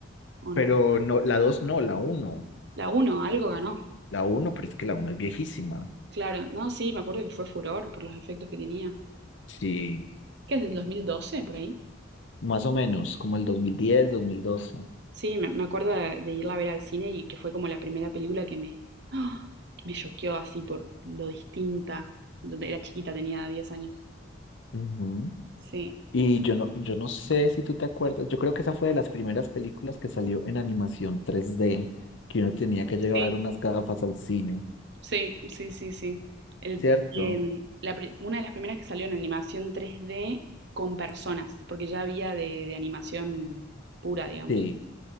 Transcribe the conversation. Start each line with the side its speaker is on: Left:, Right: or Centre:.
Right: ¿O
Left: Pero
Right: no?
Left: no, la 2 no, la uno
Right: La uno algo ganó.
Left: La uno pero es que la uno es viejísima.
Right: Claro, no, sí, me acuerdo que fue furor por los efectos que tenía.
Left: Sí,
Right: ¿Qué es del 2012 por ahí?
Left: más o menos, como el 2010, 2012.
Right: Sí, me, me acuerdo de, de irla a ver al cine y que fue como la primera película que me, ¡Ah! que me choqueó así por lo distinta. Donde era chiquita, tenía diez años.
Left: Ujú.
Right: Sí,
Left: Y yo no, yo no sé si tú te acuerdas, yo creo que esa fue de las primeras películas que salió en animación tres d que uno tenía que llevar
Right: sí,
Left: unas gafas al cine,
Right: sí, sí, sí, sí. El-
Left: ¿cierto?
Right: y, em, la pri- una de las primeras que salió en animación tres d con personas, porque ya había de, de animación pura, digamos.
Left: Sí,